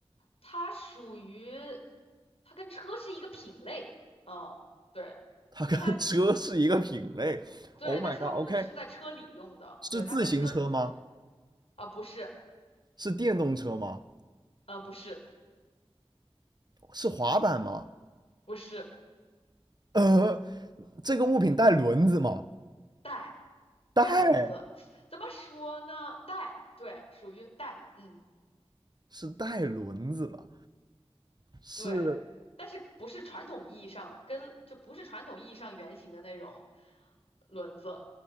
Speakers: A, on the left; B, on the right.
A: 它属于，它跟车是一个品类，嗯，对，
B: <laughs> 它跟车是一个品类。
A: 但它对，
B: Oh
A: 但是它不是在车里用的，
B: my god，OK，、是自行车吗？
A: 对，它跟车，对，啊，不是，
B: 是电动车吗？
A: 呃，不是，
B: 是滑板吗？
A: 不是，
B: <laughs> 呃，这个物品带轮子吗？
A: 带，
B: 带，
A: 带轮子，怎么说呢？带，对，属于带，嗯。
B: 是带轮子的，是
A: 对，但是不是传统意义上跟就不是传统意义上圆形的那种轮子，